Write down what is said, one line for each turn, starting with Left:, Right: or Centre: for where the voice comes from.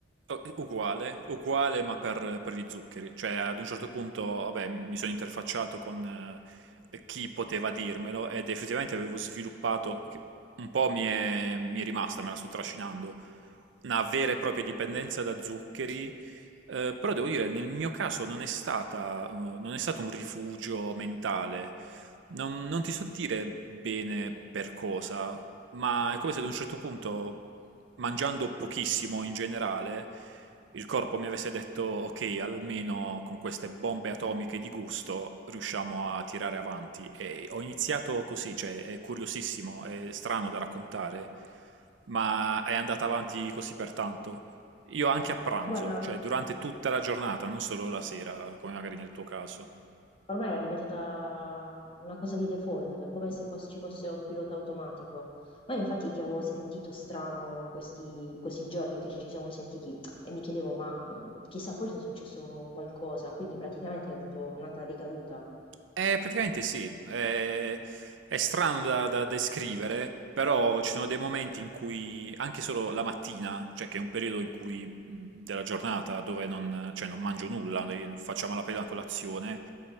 Right: Oh, eh, Uguale, uguale ma per, per gli zuccheri, cioè ad un certo punto vabbè, mi sono interfacciato con eh, chi poteva dirmelo ed effettivamente avevo sviluppato, che un po' mi è, mi è rimasta, me la sto trascinando, una vera e propria dipendenza da zuccheri, eh, però devo dire nel mio caso non è stata, eh, non è stato un rifugio mentale, non, non ti so dire bene per cosa, ma è come se ad un certo punto, mangiando pochissimo in generale, il corpo mi avesse detto, ok, almeno con queste bombe atomiche di gusto riusciamo a tirare avanti. E ho iniziato così, cioè è curiosissimo, è strano da raccontare, ma è andata avanti così per tanto. Io anche a pranzo,
Left: Guarda,
Right: cioè durante tutta la giornata, non solo la sera, come magari nel tuo caso.
Left: Ormai era diventata una cosa di default, come se fosse- ci fosse un pilota automatico. Ma io infatti ti avevo sentito strano in questi, in questi giorni che ci siamo sentiti e mi chiedevo, ma mm, chissà, forse è successo qualcosa, quindi praticamente hai avuto un'altra ricaduta.
Right: Eh, praticamente sì, eh, è strano da, da descrivere, però ci sono dei momenti in cui, anche solo la mattina, cioè che è un periodo in cui, mh, della giornata dove non, cioè non mangio nulla, eh, faccio a malapena la colazione,